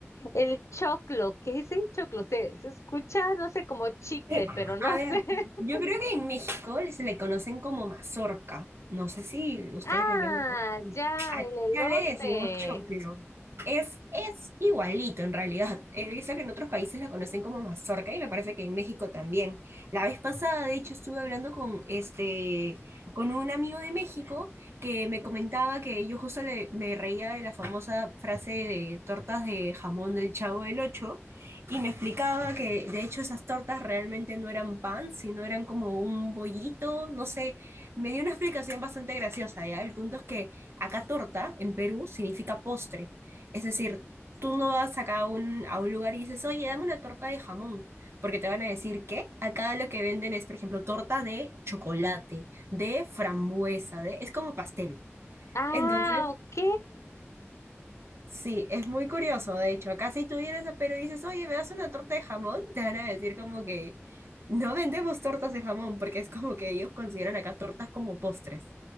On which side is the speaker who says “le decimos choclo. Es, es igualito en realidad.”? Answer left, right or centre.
Right